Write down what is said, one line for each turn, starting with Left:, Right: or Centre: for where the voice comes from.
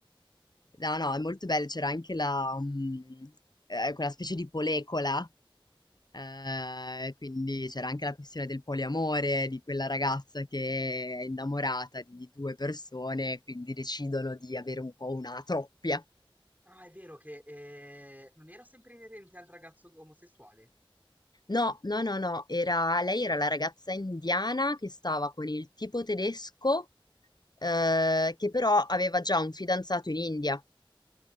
Left: No, no, è molto bello. C'era anche la... mm, eh, quella specie di polecola Eh, quindi c'era anche la questione del poliamore, di quella ragazza che è innamorata di due persone, quindi decidono di avere un po' una troppia.
Right: Ah, è vero che eh, non era sempre inerente al ragazzo omosessuale.
Left: No, no, no, no, era, lei era la ragazza indiana che stava con il tipo tedesco, eh, che però aveva già un fidanzato in India.